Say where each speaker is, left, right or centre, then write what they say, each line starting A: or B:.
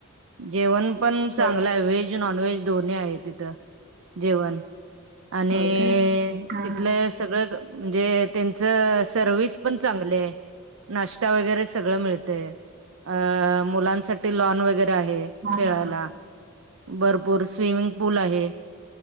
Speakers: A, on the right (about 65°); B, on the right (about 50°).
A: जेवण पण चांगलं
B: हो
A: आहे. व्हेज नॉनव्हेज दोन्ही आहे तिथ जेवण. आणि
B: हो काय हा
A: तिथले सगळ म्हणजे त्यांच सर्विस पण चांगली आहे. नाश्ता वगैरे सगळ मिळतय. अ मुलांसाठी लॉन वगैरे आहे
B: हा
A: खेळायला.
B: हा हा हा
A: भरपूर स्विमिंग पूल आहे.